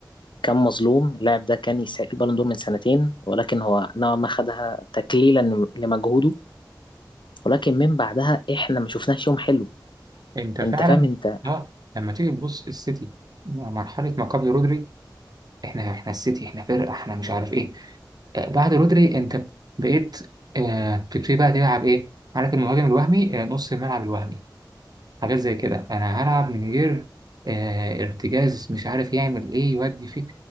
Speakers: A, on the left (about 80°); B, on the right (about 55°).
A: كان مظلوم اللاعب ده كان يستحق البالون دور من سنتين ولكن هو نوعا ما خدها تكليلا لمجهوده ولكن من بعدها احنا ما شفناش يوم حلو
B: أنت فعلا
A: انت فاهم انت
B: آه لما تيجي تبص السيتي مرحلة ما قبل رودري احنا احنا السيتي احنا فرقه احنا مش عارف ايه آه، بعد رودري انت بقيت آه، بتبتدي بقى تلعب ايه عارف المهاجم الوهمي آه، نص الملعب الوهمي حاجات زي كده انا هلعب من غير آه، ارتجاز مش عارف يعمل ايه يودي فيه